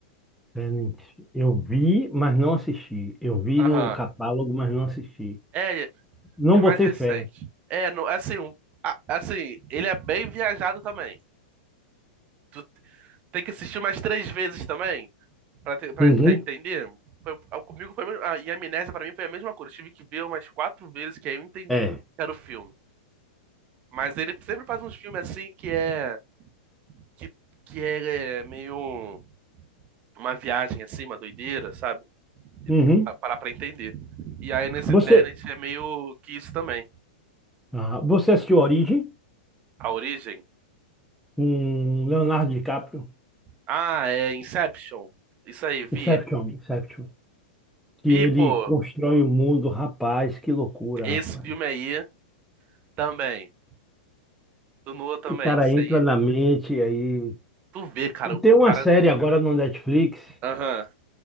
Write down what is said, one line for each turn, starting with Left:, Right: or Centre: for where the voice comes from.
Centre: Tenet, Eu vi, mas não assisti. Eu vi
Right: Aham.
Centre: no catálogo, mas não assisti.
Right: É,
Centre: Não
Right: é mais
Centre: botei
Right: recente.
Centre: fé.
Right: É, não, assim, um- a- assim, ele é bem viajado também. Tu t- tem que assistir umas três vezes também, pra, te- pra
Centre: Uhum.
Right: tentar entender. Foi- a- comigo foi a mesma- a, e a Amnésia pra mim foi a mesma coisa. Eu tive que ver umas quatro vezes que aí eu entendi
Centre: É.
Right: o que era o filme. Mas ele sempre faz uns filmes assim que é, que, que é, é meio uma viagem assim, uma doideira, sabe? E
Centre: Uhum.
Right: tem que pa- parar pra entender. E aí nesse
Centre: Você,
Right: Tenet é meio que isso também.
Centre: ah, você assistiu Origem?
Right: A origem.
Centre: com Leonardo DiCaprio,
Right: Ah, é Inception. Isso aí, vi.
Centre: Inception, Inception, que
Right: Vi,
Centre: ele
Right: pô,
Centre: constrói o mundo, rapaz, que loucura,
Right: esse
Centre: rapaz.
Right: filme aí também. Do Noah também.
Centre: Que o cara
Right: Isso aí.
Centre: entra na mente aí.
Right: Tu vê, cara,
Centre: E tem
Right: o
Centre: uma
Right: cara.
Centre: série agora no Netflix,
Right: Aham.